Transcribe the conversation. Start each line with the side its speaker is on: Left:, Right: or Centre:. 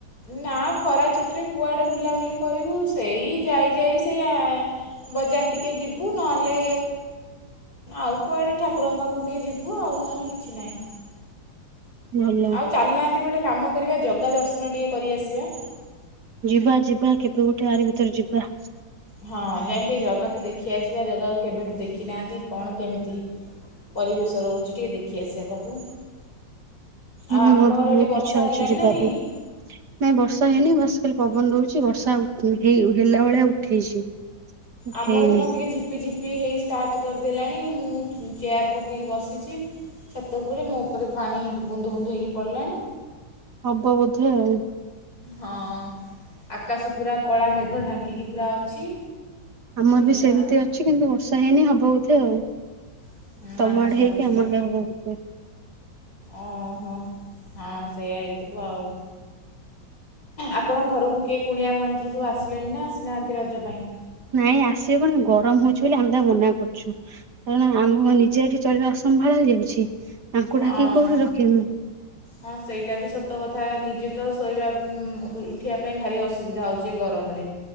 Left: ନା ଖରା ଛୁଟିରେ କୁଆଡ଼େ ବୁଲାବୁଲି କରିବୁ ସେଇ ଯାଇ ଯାଇ ସେଇ ଆ ବଜାର ଟିକେ ଯିବୁ ନହେଲେ ଆଉ କୁଆଡେ ଠାକୁରଙ୍କ ପାଖକୁ ଟିକେ ଯିବୁ ଆଉ ନହେଲେ କି କିଛି ନାହିଁ।
Right: ଭଲ।
Left: ଆଉ ଚାଲୁନାହାନ୍ତି ଗୋଟେ କାମ କରିବା ଜଗା ଦର୍ଶନ ଟିକେ କରିଆସିବା।
Right: ଯିବା ଯିବା କେବେ ଗୋଟେ ଆରି ଭିତରେ ଯିବା।
Left: ହଁ ଯାଇ ଟିକେ ଜାଗାକୁ ଦେଖି ଆସିବା ଜାଗାକୁ କେବେଠୁ ଦେଖିନାହାନ୍ତି କଣ କେମିତି ପରିବେଶ ରହୁଛି ଟିକେ ଦେଖି ଆସିବା ତାକୁ।
Right: ହୁଁ
Left: ଆଉ ଆପଣଙ୍କର
Right: ମୋର ବି ବହୁତ
Left: ଏଇଠି ବର୍ଷା
Right: ଇଚ୍ଛା ଅଛି
Left: ହେଲାଣି
Right: ଯିବା
Left: ନା ହେଇନି?
Right: ପାଇଁ। ନାଇଁ ବର୍ଷା ହେଇନି ବାସ୍ ଖାଲି ପବନ ଦଉଛି ବର୍ଷା ହେଇ ହେଲା ଭଳିଆ ଉଠେଇଛି।
Left: ଆମ
Right: ହେଇନି
Left: ଏଠି କଣ ଟିକେ ଜିପି ଜିପ୍ ପି ହେଇ ଷ୍ଟାର୍ଟ କରିଦେଲାଣି ମୁଁ ଚେୟାର ପକେଇକି ବସିଛି। ଛାତ ଉପରେ ମୋ ଉପରେ ପାଣି ବୁନ୍ଦୁ ବୁନ୍ଦୁ ହୋଇକି ପଡ଼ିଲାଣି।
Right: ହବ ବୋଧେ ଆଉ।
Left: ହଁ ଆକାଶ ପୁରା କଳା ମେଘ ଢାଙ୍କିକି ପୁରା ଅଛି।
Right: ଆମର
Left: ଏଇଆ
Right: ବି ସେମିତି ଅଛି କିନ୍ତୁ ବର୍ଷା ହେଇନି ହବ ବୋଧେ ଆଉ
Left: ଆଉ
Right: ତମ
Left: ଆଚ୍ଛା
Right: ଆଡେ ହେଇକି
Left: ଆଚ୍ଛା
Right: ଆମ ଆଡେ ହବ
Left: ଓହୋ ହଁ ସେଇଆ ହେଇଥିବ ଆଉ। ଆପଣଙ୍କ ଘରକୁ କିଏ କୁଣିଆ ମୟନ୍ତ ସବୁ ଆସିଲେଣି ନା ଆସିନାହାନ୍ତି ରଜ ପାଇଁ?
Right: ନାଇଁ ଆସିବେ କଣ ଗରମ ହଉଛି ବୋଲି ଆମେ ତା ମନା କରୁଛୁ। କାରଣ ଆମ ନିଜେ ଏଠି ଚଳିବା ଅସମ୍ଭାଳ ହେଇଯାଉଛି ତାଙ୍କୁ
Left: ହଁ
Right: ଡାକିକି କୋଉଠି ରଖିବୁ।
Left: ହଁ ସେଇଟା ବି ସତ କଥା ନିଜେ ତ ଶୋଇବା ଉଁ ଉଠିବା ପାଇଁ ଭାରି ଅସୁବିଧା ହଉଛି ଏ ଗରମରେ।